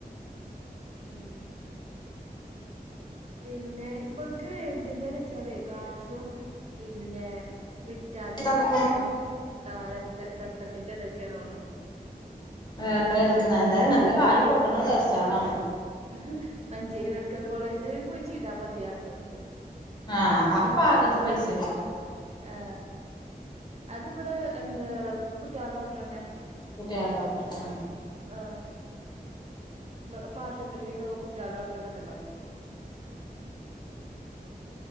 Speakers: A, on the right; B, on the left.
A: ഉം പിന്നെ ഇപൾക്ക് എന്തിന്റെന്ന് വച്ചാല് കാൽസ്യോം പിന്നെ വിറ്റാമിനും
B: തന്ന്ക്കുണു
A: പിന്നെ.. ആ രക്ത രക്ത്തത്തിന്റെ ഇതൊക്കെ തോണുന്നു.
B: വേറെന്തേ ഏതൊക്കെ എന്തായാലും നല്ല കായി പൊട്ടണ ട്ടസ്റ്റാളാണ്.
A: ഉം മഞ്ചേരി മെഡിക്കൽ കോളേജിൽ പോയി ചീതാ മതിയാർന്നു.
B: ആഹ അപ്പാത്തെ പൈസളു.
A: ആ അത് വെടെ എന്താകുട്ട്യാളെ ഡോക്ടറെന്നെ.
B: കുട്ട്യാളെഡോക്ടർ ആ.
A: ആ പൊ ഇപ്പൊ ആശുപത്രിക്കുടെക്കൊ കുട്ട്യോളെ ഡോക്ടറൊക്കെണ്ടല്ലോ.